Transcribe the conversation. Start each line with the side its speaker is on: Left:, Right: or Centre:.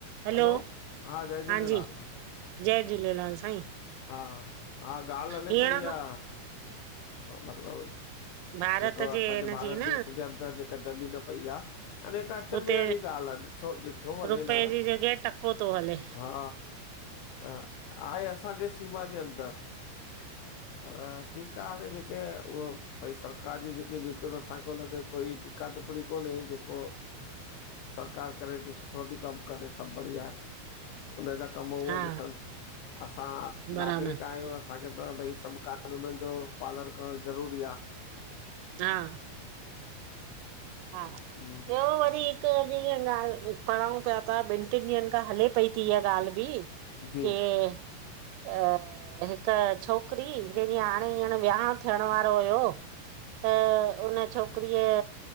Right: Hello,
Left: hello हा जय झूलेलाल
Right: हांजी। जय झूलेलाल साईं।
Left: हा, हा ॻाल्हि हले
Right: हींअर
Left: पई इहा,
Right: मां
Left: मतिलबु
Right: भारत
Left: जेको
Right: जे
Left: असांजे
Right: हिनजी
Left: भारत
Right: न
Left: देश जे अंदरि जेका ज़मीन पई आह, अने का अचंबे
Right: हुते
Left: वारी ॻाल्हि आह। छो ॾिठो वञे
Right: रुपए
Left: न,
Right: जी जॻह टको थो हले
Left: हा त आहे असांजे सीमा जे अंदर्।
Right: <inaudible>
Left: पर ठीकु आहे, हले जेके उहो भई सरकार जी जेके नीतियूं आहिनि, असांखे हुन ते कोई का टिपणी कोन्हे जेको
Right: <inaudible>
Left: सरकार करे थी, सुठो थी कमु करे, सभु बढ़िया आहे। उन जा कम उहो
Right: हा
Left: ॾिसनस्, असां
Right: बराबर
Left: नागरिक कयूं, असांखे त भई सभु कानूननि जो पालन करणु ज़रूरी आ।
Right: हां हा,
Left: हम्म,
Right: ॿियो वरी क जीअं ॻाल्हि पढ़ऊं पिया ता, ॿिनि टिनि ॾींहनि खां हले पई थी इहा ॻाल्हि बि। केर
Left: जी
Right: <unintelligible> अ हिक छोकिरी, जंहिंजी हाणे हींअन विहांउ थियण वारो हुयो। त उन छोकिरीअ